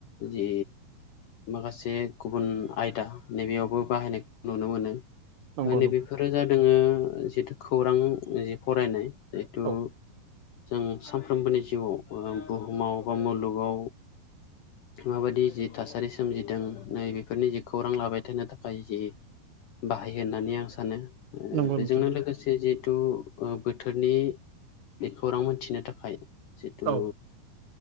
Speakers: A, on the left; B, on the right.
A: जि माखासे गुबुन आयदा नैबेयावबो बाहायनायखौ नुनो मोनो।
B: नंगौ
A: नैबेफोरो
B: नंगौ
A: जादोंङो जिथु खौरां जि फरायनाय जिथु
B: औ
A: जों सानफ्रोमबोनि जिउआव बुहुमाव बा मुलुगाव माबायदि जि थासारि सोमजिदों नै बेफोरनि जि खौरां लाबाय थानो थाखाय जि बाहायो होननानै आं सानो
B: नंगौ
A: बेजोंनो
B: नोंथां
A: लोगोसे जि जिथु बोथोरनि बेखौरां मोनथिनो थाखाय जिथु
B: औ